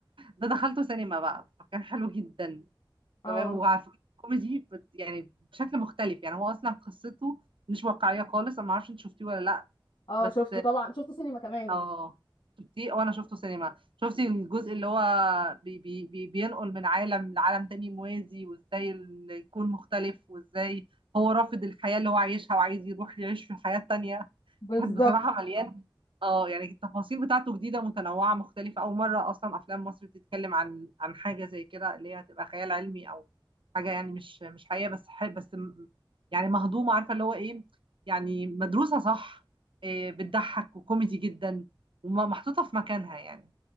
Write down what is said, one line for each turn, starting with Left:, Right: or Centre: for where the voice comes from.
Right: ده دخلته سينما بقى فكان حلو جدا
Left: اه
Right: تمام وعلى فكره كوميدي بت- يعني بشكل مختلف يعني هو اصلا قصته مش واقعيه خالص انا ما اعرفش انت شفتيه ولا لا
Left: اه
Right: بس
Left: شفته طبعا شفته سينما كمان
Right: اه شفتيه وانا شفته سينما شفتي الجزء اللي هو بي بي بي بينقل من عالم لعالم تاني موازي وازاي ال- يكون مختلف وازاي هو رافض الحياة اللي هو عايشها وعايز يروح يعيش في الحياة التانية
Left: بالظبط
Right: كانت بصراحة مليان اه يعني التفاصيل بتاعته جديدة متنوعة مختلفة أول مرة أصلا أفلام مصر بتتكلم عن عن حاجة زي كده اللي هي هتبقى خيال علمي أو حاجة يعني مش مش حقيقة بس ح- بس م- يعني مهضومة عارفة اللي هو إيه يعني مدروسة صح إيه بتضحك وكوميدي جدا ومحطوطة في مكانها يعني